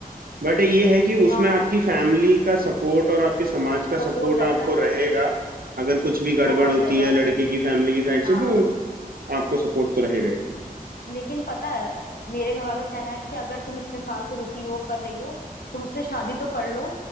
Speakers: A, on the right; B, on the left.
A: बट ये है कि उसमें
B: हाँ
A: आपकी फैमिली का सपोर्ट और आपके समाज का सपोर्ट
B: सपोर्ट रहता
A: आपको
B: है
A: रहेगा अगर कुछ भी गड़बड़
B: बहुत
A: होती
B: रहेगा
A: है लड़के की फैमिली की साइड
B: हाँ
A: से तो आपको सपोर्ट तो रहेगा ही
B: लेकिन पता है मेरे घर वालों का कहना है कि अगर तुम इतने साल से रुकी हो कर रही हो तुम उससे शादी तो कर लो